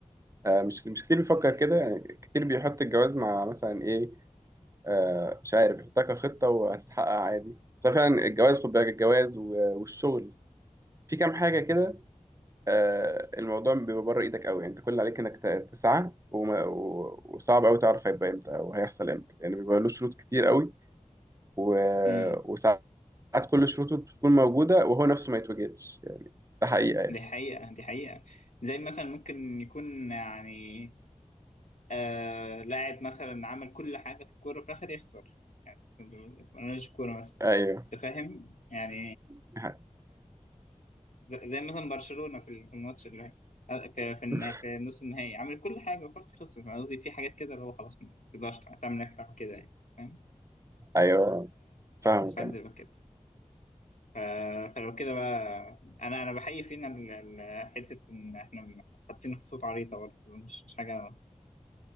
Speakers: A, on the right; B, on the left.
A: آه، مش مش كتير بيفكر كده يعني كتير بيحط الجواز مع مثلا ايه آه، مش عارف يحطها كخطه وهتتحقق عادي بس فعلا الجواز خد بالك الجواز و- والشغل في كام حاجه كده آه، الموضوع بيبقى بره ايدك قوي يعني انت كل اللي عليك انك ت- تسعى وما- و- وصعب قوي تعرف هيبقى امتى او هيحصل امتى لان يعني بيبقى له شروط كتير قوي و-
B: امم
A: وصعب ساعات كل شروطه بتكون موجودة وهو نفسه ما يتوجدش يعني ده حقيقة يعني.
B: دي حقيقة دي حقيقة زي مثلا ممكن يكون يعني آه لاعب مثلا عمل كل حاجة في الكورة في الآخر يخسر ملوش كورة مثلا
A: أيوه
B: أنت فاهم؟ يعني
A: دي حقيقة.
B: ز- زي مثلا برشلونة في ال- في الماتش اللي هي- في في الن-
A: أيوه
B: في نص النهائي عمل كل حاجة وفي الآخر خسر فاهم قصدي في حاجات كده اللي هو خلاص ما تقدرش تعمل أكتر من كده يعني فاهم؟
A: أيوه فاهمك
B: فساعات
A: أنا
B: بيبقى كده ف- فلو كده بقى أنا أنا بحيي فينا ال- ال- حتة إن إحنا حاطين خطوط عريضة برضه مش مش حاجة